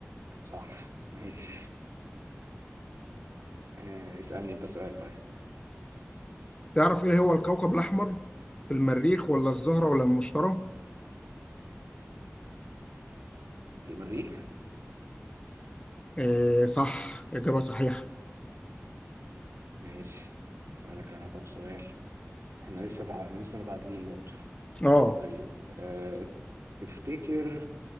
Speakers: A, on the right (about 80°); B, on the left (about 20°).
A: صح ماشي آه اسألني انت سؤال طيب
B: تعرف إيه هو الكوكب الأحمر المريخ ولا الزهرة ولا المشتري
A: المريخ
B: آه صح إجابة صحيحة
A: ماشي اسألك انا طب سؤال احنا لسه تع... احنا لسه متعادلين برضه
B: اه
A: طيب آه تفتكر